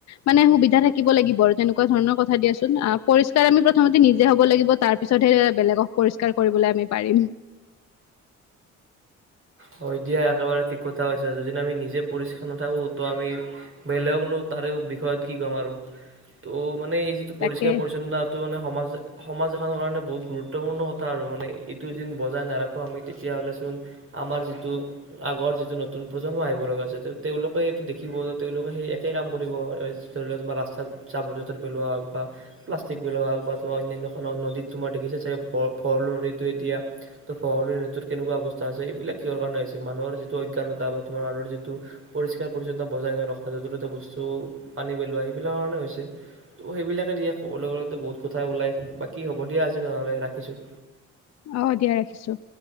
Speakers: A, on the left; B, on the right.
A: মানে সুবিধা থাকিব লাগিব আৰু তেনেক এনেকুৱা ধৰণৰ কথা দিয়াচোন আহ পৰিষ্কাৰ আমি প্ৰথমতে নিজে হ'ব লাগিব তাৰ পিছতহে বেলেগক পৰিষ্কাৰ কৰিবলৈ পাৰিম
B: হয় দিয়া একেবাৰে ঠিক কথা হৈছে যদি আমি নিজে পৰিষ্কাৰ নাথাকো তো আমি বেলেগকনো তাৰে বিষয়ত কি ক'ম আৰু ত' মানে এই যিটো
A: তাকে
B: পৰিষ্কাৰ পৰিচ্ছন্নতা তো মানে সমাজ সমাজ এখনৰ কাৰণে বহুত গুৰুত্বপূৰ্ণ কথা আৰু মানে এইটো যে বজাই নাৰখো আমি তেতিয়া তেতিয়া হ'লে চোন আমাৰ যিটো আগৰ যিটো নতুন প্ৰজন্ম আহিব লগা আছে ত তেওঁলোকে এইটো দেখিব তেওঁলোকে সেই একে কাম কৰিব ধৰি লও তোমাৰ ৰাস্তাত জাবৰ জোঁথৰ পেলোৱা হওক বা প্লাষ্টিক পেলোৱা হওঁক বা তোমাৰ অন্যান্য খনন নদীত তোমাৰ দেখিছা চাগে ভৰলু নদীতো এতিয়া ত' ভৰলু নদীত কেনেকুৱা অৱস্থা হৈছে। এইবিলাক কিহৰ কাৰণে হৈছে মানুহৰ যিটো অজ্ঞানতা বা তোমাৰ আৰৰ যিটো পৰিষ্কাৰ পৰিচ্ছন্নতা বজাই নৰখা যতে ততে বস্তু পানী পেলোৱা সেইবিলাক কাৰণে হৈছে ত সেইবিলাকে দিয়ে ক'বলৈ গ'লে বহুত কথা ওলাই বাকী হ'ব দিয়া আজি নহলে ৰাখিছো।
A: অ‌ দিয়া ৰাখিছো।